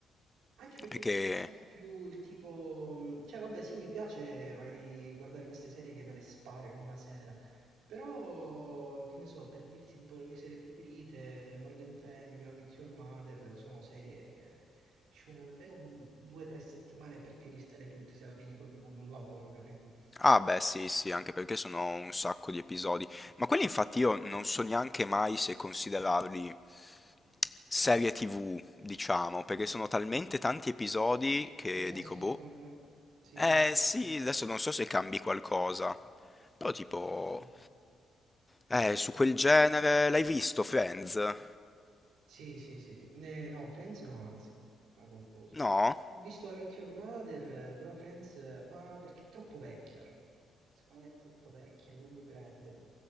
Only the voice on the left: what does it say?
perché...
Ah beh sì sì, anche perché sono un sacco di episodi, ma quelli infatti io non so neanche mai se considerarli serie TV, diciamo, perché sono talmente tanti episodi che
dico,
boh,
eh
sì,
adesso non so se cambi qualcosa, però tipo,
eh, su quel genere l'hai visto Friends?
No?